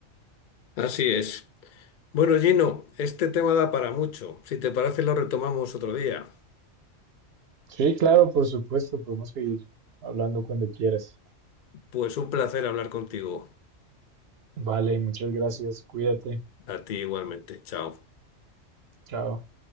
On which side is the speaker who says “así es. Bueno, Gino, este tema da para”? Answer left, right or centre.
Left